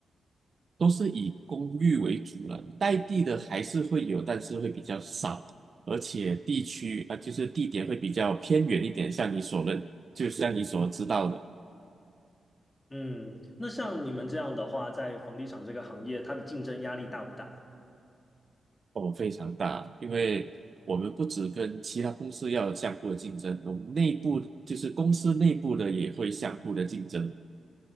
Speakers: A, on the right; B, on the left.
A: 都是以公寓为主了，代地的还是会有，但是会比较少，而且地区啊，呃就是地点会比较偏远一点，像你所认，就像你所知道的。
B: 嗯，那像你们这样的话，在房地产这个行业，它的竞争压力大不大？
A: 哦，非常大，因为我们不只跟其他公司要有相互的竞争，我们内部就是公司内部的也会相互的竞争。